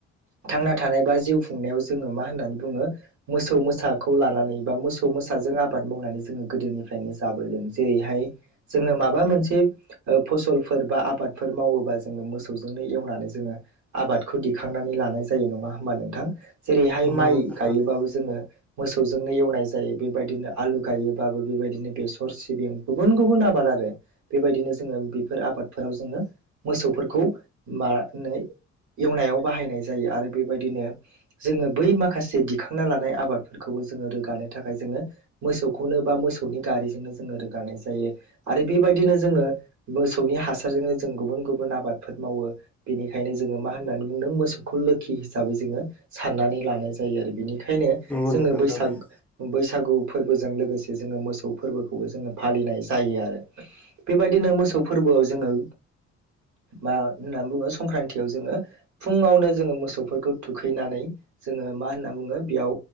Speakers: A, on the right; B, in the centre.
A: थांना थानाय बा जिउ खुंनायाव जोङो मा होननानै बुङो मोसौ मोसाखौ लानानै बा मोस सौ मोसाजों आबाद मावनानै जोङो गोदोनिफ्रायनो जाबोदों। जेरैहाय जोङो माबा मोनसे ओ फसलफोर बा आबादफोर मावोबा जोङो मोसौजों नो एवनानै जोङो आबादखौ दिखांनानै लानाय जायो नङा होम्बा नोंथां। जेरैहाय
B: नंगौ
A: माइ
B: नोंथां
A: गायोबाबो
B: थारैनो
A: जोङो मोसौजोंनो एवनाय जायो। बेबायदिनो आलु गायोबाबो बेबायदिनो बेसर सिबिं गुबुन गुबुन आबाद आ आरो बेबायदिनो जोङो बेफोर आबादफोराव जोङो मोसौफोरखौ मा नै एवनायाव बाहायनाय जायो आरो बेबायदिनो जोङो बै माखासे दिखांना लानाय आबादफोरखौ जोङो रोगानो थाखाय जोङो मोसौखौनो बा मोसौनि गारिजोंनो जोङो रोगानाय जायो आरो बे बायदिनो जोङो मोसौनि हासारजोंनो जों गुबुन गुबुन आबादफोर मावो। बेनिखायनो जोङो मा होननानै बुंदों मोसौखौ लोखि हिसाबै जोङो साननानै लानाय जायो। आरो बिनिखायनो
B: नंगौ
A: जोङो
B: नोंथां
A: बैसाग
B: थारैनो
A: बैस सागु फोरबोजों लोगोसे जोङो मोसौ फोरबोखौबो जोङो फालिनाय जायो आरो बेबायदिनो मोस सौ फोरबोआव जोङो मा होननानै बुङो संक्रान्तियाव जोङो फुंङावनो जोङो मोसौफोरखौ थुखैनानै जोङो मा होनना बुङो बेयाव